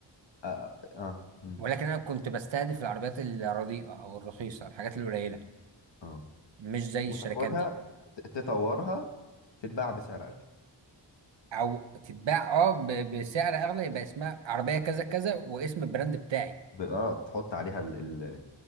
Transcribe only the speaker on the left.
اه اه مم.
اه
وتاخدها
ت- تطورها تتباع بسعر اغلى
ب- اه تحط عليها ال... ال...